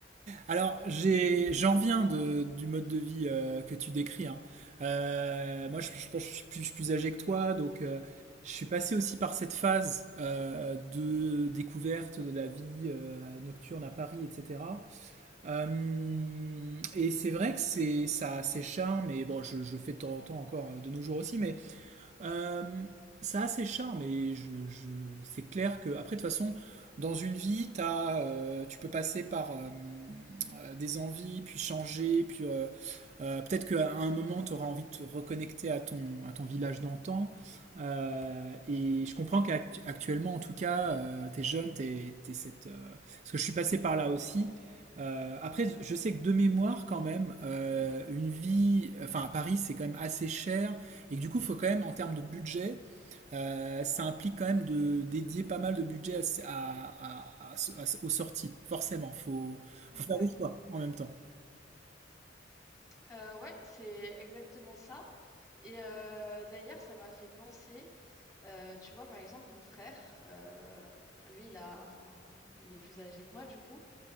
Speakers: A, on the right; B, on the left.
A: Alors, j'ai, j'en reviens de- du mode de vie euh, que tu décris. hein. Euh, moi, je, je pense que je suis plus, je suis plus âgé que toi, donc euh, je suis passé aussi par cette phase euh, de découverte de la vie euh, nocturne à Paris, etc. Euh, et c'est vrai que c'est, ça a ses charmes, et bon, je, je le fais de temps en temps encore euh, de nos jours aussi, mais euh, ça a ses charmes et je, je- c'est clair que, après, de toute façon, dans une vie, t'as, euh, tu peux passer par euh, euh, des envies, puis changer, puis euh, euh, peut-être qu'à un moment, tu auras envie de te reconnecter à ton, à ton village d'antan. Euh, et je comprends qu'actuellement, en tout cas, tu es jeune, t'es, t'es cette, euh, parce que je suis passé par là aussi. Euh, après, je sais que de mémoire, quand même, euh, une vie, enfin à Paris, c'est quand même assez cher. Et que du coup, il faut quand même, en termes de budget, euh, ça implique quand même de dédier pas mal de budget à, à- à- à- à- aux sorties, forcément. Il Faut,
B: Ouais.
A: faut faire des choix en même temps.
B: Euh, ouais, c'est exactement ça. Et euh, d'ailleurs, ça m'a fait penser, euh, tu vois, par exemple, mon frère, euh, lui, il a, enfin, il est plus âgé que moi, du coup.